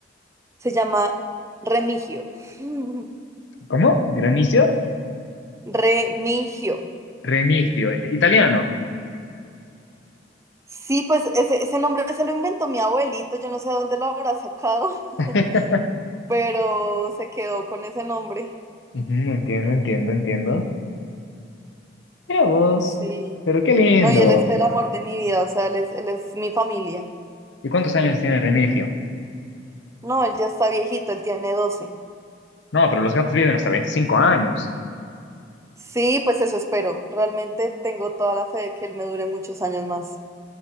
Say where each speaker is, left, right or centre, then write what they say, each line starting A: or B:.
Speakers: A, on the right; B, on the left.
A: Se llama Remigio. <laughs>
B: ¿Cómo? ¿Granicio?
A: Remigio.
B: Remigio, eh, italiano.
A: Sí, pues ese, ese nombre se lo inventó mi abuelito, yo no sé de dónde lo habrá sacado, <laughs>
B: <laughs>
A: pero se quedó con ese nombre.
B: Ujú, entiendo, entiendo, entiendo. Mira vos,
A: Sí.
B: pero qué lindo.
A: No, y él es el amor de mi vida, o sea, él es, él es mi familia.
B: ¿Y cuántos años tiene Remigio?
A: No, él ya está viejito, él tiene 12.
B: No, pero los gatos viven hasta 25 años.
A: Sí, pues eso espero. Realmente tengo toda la fe de que él me dure muchos años más.